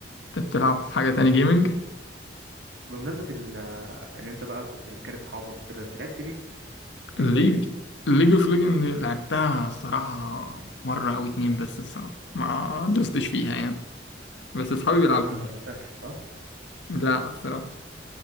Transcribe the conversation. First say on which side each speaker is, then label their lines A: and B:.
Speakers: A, on the left; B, on the right.
A: انت بتلعب حاجه تاني جيمنج
B: بمناسبة ال... ان انت بقى كنت بتكره اصحابك وكده انت لعبت ليج ليج
A: ليج
B: اوف
A: ليج اوف ليجند لعبتها الصراحة مرة أو اتنين بس الصراحة ما دوستش فيها يعني بس أصحابي بيلعبوها
B: ما عجبتكش صح؟
A: لا الصراحة